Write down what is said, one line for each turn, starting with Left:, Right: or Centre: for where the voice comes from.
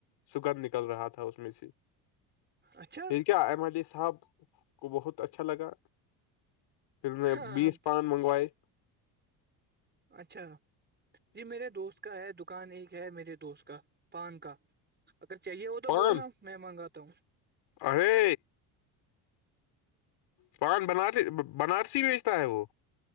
Left: سگندھ نکل رہا تھا اس میں سے
Right: اچھا
Left: ٹھ کیا ہے ایم صاحب کو بہت اچھا لگا پھر نے
Right: ہاں
Left: بیس پان منگوائے
Right: اچھا جی میرے دوست کا ہے مکان ایک ہے میرے دوست کا پان کا اگر چاہیے ہو تو
Left: پان
Right: بولنا میں منگا کتوں <unintelligible>
Left: ارے پان بنات تو بنارسی بیچتا ہے وہ